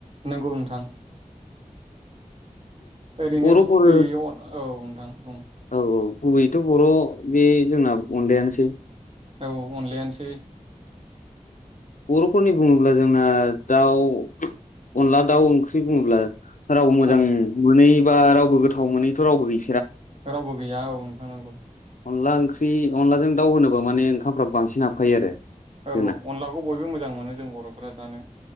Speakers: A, on the right; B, on the left.
A: नंगौ नोंथां ओरैनो
B: बर'फोर
A: गुबैयै अ औ नोंथां बुं
B: औ गुबैयैथ बर बे जोंना अनलायानोसै
A: औ अनलायानोसै
B: बरफोरनि बुंङोब्ला जोंना दाउ अनला दाउ ओंख्रि बुंङोब्ला राव मोजां
A: औ
B: मोनै बा रावबो गोथाव मोनैथ' रावबो गै
A: रावबो गैया औ नोंथां नंगौ
B: अनला ओंख्रि अनलाजों दाउ होनोबा माने ओंखामफ्रा बांसिन हाबखायो आरो
A: औ
B: जोंना
A: अनलाखौ बय बयबो मोजां मोनो जों बर'फोरा जानो